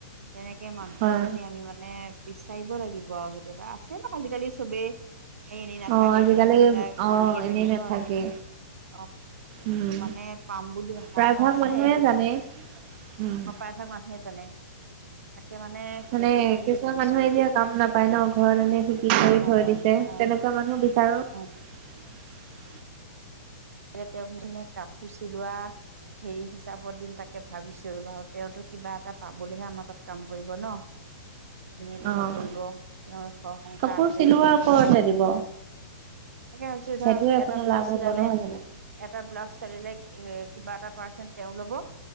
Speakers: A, on the right; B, on the right.
A: তেনেকে মানুহ
B: হয়
A: এজনী আমি মানে বিচাৰিব লাগিব আৰু সেইটো আছে ব আজিকালি চবেই স এনেই না
B: অ',
A: থাকে
B: আজিকালি
A: কিবা কিবি এটা
B: অ',
A: কৰিয়ে
B: এনেই
A: থাকে
B: নাথাকে
A: হয়, অ'।
B: উম।
A: তটো মানে পাম বুলি আশা
B: প্ৰায়ভাগ
A: এটা আছে।
B: মানুহে জানে। উম।
A: অ', প্ৰায় ভাগ মানুহে জানে। তাকে সেইটো
B: মানে
A: কৰিম বুলি
B: কিছুমান
A: ভাবিছো
B: মানুহে এতিয়া কাম নাপায় ন' ঘৰত এনে শিকি কৰি
A: নাপায়
B: থৈ
A: অ'
B: দিছে
A: অ'
B: তেনেকুৱা মান মানহ বিচাৰক।
A: অ' তেওঁক মানে কাপোৰ চিলোৱা হেৰি হিচাপত দিন তাকে ভাবিছো আৰু ব তেওঁতো কিবা এটা পাবলৈহে আমাৰ তাত কাম কৰিব ন'। <inaudible> এনেইতো
B: অ',
A: নকৰিব তেওঁৰ ঘৰ সংসাৰ
B: কাপোৰ
A: আছে
B: চিলোৱাৰ ওপৰতে দিব
A: অ'। তাকেছো
B: সেইটোৱে
A: ধৰ
B: আপোনাৰ
A: এটা ব্লাউজ
B: লাভ হ'ব
A: চিলালে
B: নহয় জানো?
A: এটা ব্লাউজ চালিলে কিবা এটা পাৰ্চন তেওঁ ল'ব,